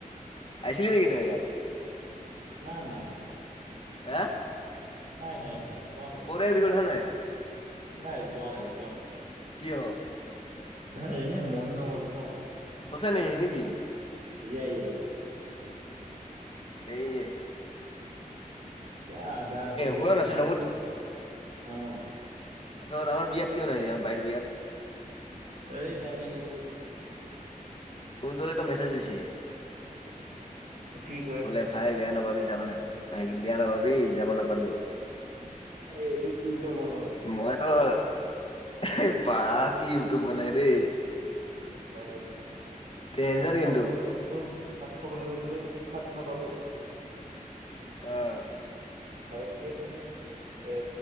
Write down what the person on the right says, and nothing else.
না না।
নাই, নাই, নাই। যোৱা নাই
যোৱা
নাই, যোৱা নাই, যোৱা নাই।
ম এনেই মন নগ'ল ন'।
ইয়া ইয়া ইয়া।
কিয় আধা আধুৰী
বাত কৰ্তা হে হা অ'।
এই টাইমে নি মিল
কি কয়
এইটো ইউটৰ মানুহে
তাকেটো।
ভাত
খাবলৈ গৈছিলো। ভাত খাবলৈ গৈছিলো, ভাত নাপালো।
আৰু কি আছিল এ